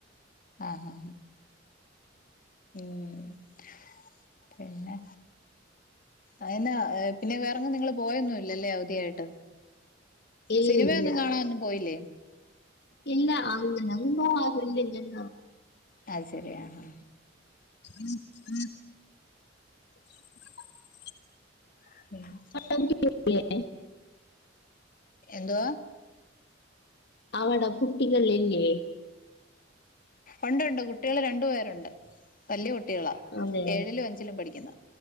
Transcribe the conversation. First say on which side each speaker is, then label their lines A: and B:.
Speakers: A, on the left; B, on the left.
A: ആഹാ ഉം <inaudible> പിന്നെ അയ്നാ പിന്നെ വേറങ്ങ് നിങ്ങള് പോയൊ ന്നുല്ലല്ലേ അവധിയായിട്ട്
B: ഇല്ല
A: സിനിമയൊന്നും
B: ഇല്ല
A: കാണാനൊന്നും പോയില്ലേ
B: ഇല്ല അങ്ങനൊന്നും പോവരില്ല ആ ഇല്ല്യല്ലൊ
A: അത് സെര്യാണ്
B: ഉം ഉം <inaudible> <inaudible>
A: <inaudible>
B: നമുക്ക് കിട്ടി <unintelligible>
A: എന്തുവാ
B: ആവട കുട്ടികളില്ലേ?
A: ഒണ്ട് ഒണ്ട് കുട്ടികള് രണ്ട്പേരുണ്ട് വല്ല്യ കുട്ടികളാ
B: അതെ
A: ഏഴിലും അഞ്ചിലും പഠിക്കുന്ന